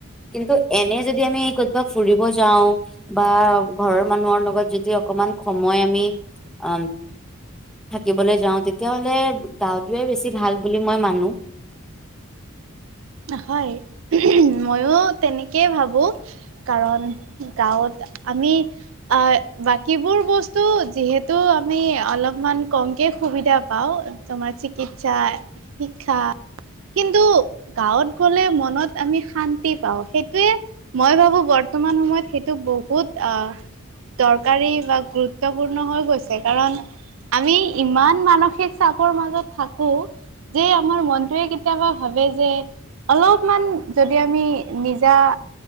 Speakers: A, in the centre; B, on the right (about 70°).
A: কিন্তু এনে যদি আমি কৰ'বাত ফুৰিব যাওঁ বা ঘৰৰ মানুহৰ লগত যদি অ অকমান সময় আমি অ থাকিবলৈ যাওঁ, তেতিয়া হ'লে গাওঁতোয়ে বেছি ভাল বুলি মই মানো।
B: হয়, মইয়ো তেনেকেই ভাবো কাৰণ গাঁৱত আমি, অ, বাকীবোৰ বস্তু যিহেতু আমি অলপমান কমকে সুবিধা পাও, তোমাৰ চিকিৎসা, শিক্ষা কিন্তু গাঁৱত গ'লে মনত আমি শান্তি পাওঁ। সেইটোয়ে, মই ভাবো বৰ্তমান সময়ত সেইটো ব বহুত আ, দৰকাৰী বা গুৰুত্বপূৰ্ণ হৈ গৈছে। কাৰণ আমি ইমান মানসিক চাপৰ মাজত থাকো। যে আমাৰ মনটোয়ে কেতিয়াবা ভাবে যে, অলপমান যদি আমি নিজা।